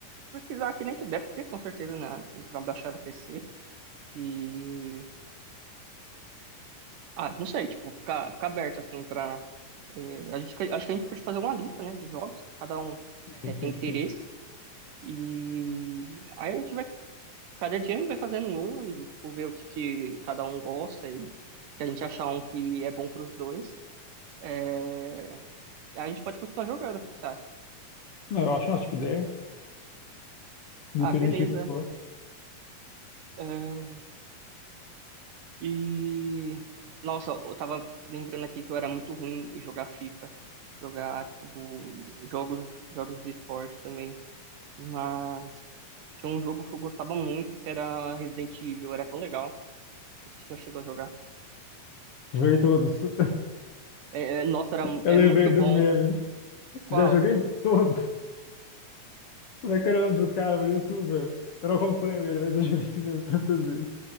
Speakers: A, on the right (about 75°); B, on the left (about 55°).
A: pesquisar aqui na internet. Deve ter, com certeza, né? Pra baixar no PC. E. Ah, não sei, tipo, ficar, ficar aberto, assim, pra. é, a gente, acho que a gente pode fazer uma lista, né? De jogos que cada um é,
B: Sim,
A: tem
B: sim,
A: interesse.
B: sim.
A: E aí a gente vai, cada dia a gente vai fazendo um e, tipo, ver o que, que cada um gosta e se a gente achar um que é bom pros dois, é, a gente pode continuar jogando, o que você acha?
B: Não, eu acho uma ótima ideia, independente
A: Ah, beleza.
B: do que for.
A: É, E, nossa, eu tava lembrando aqui que eu era muito ruim em jogar FIFA, jogar, tipo, jogos, jogos de esporte também, mas tinha um jogo que eu gostava muito que era Resident Evil, era tão legal, não sei se você já chegou a jogar.
B: Joguei todos. <laughs>
A: É, é, nossa, era,
B: Eu
A: é
B: lembrei
A: muito
B: do
A: bom.
B: meme.
A: Qual?
B: Já joguei todo. Como é que era o nome do cara, mano, youtuber? Eu não acompanho ele, mas eu já vi esse meme tantas vezes.